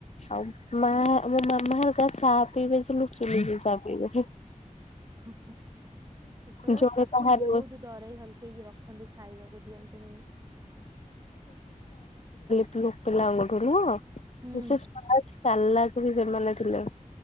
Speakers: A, on the left; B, on the right.
A: ଅମ୍ ମାଆ ମୋ ମାମା ହେରିକା ଚା ପିଇବେ ଜିଲୁ ଚୁଲିରେ ଚା ପିଇବେ ହୁଁ
B: ହୁଁ ହୁଁ ସେତେବେଳେ
A: ଜଣେ
B: ଶାଶୁ
A: ବାହାରେ
B: ବହୁତ
A: ବସିବ
B: ଡରେଇ ହଲ୍ କେଇକି ରଖନ୍ତି ଖାଇବାକୁ ଦିଅନ୍ତିନି
A: ଲୁପ୍ତ ଲାଉଙ୍ଗ ଠୁ ନୁହଁ
B: ହୁଁ
A: ବିଶେଷ ପାଏ ଚାଲାକ୍ ବି ସେମାନେ ଥିଲେ।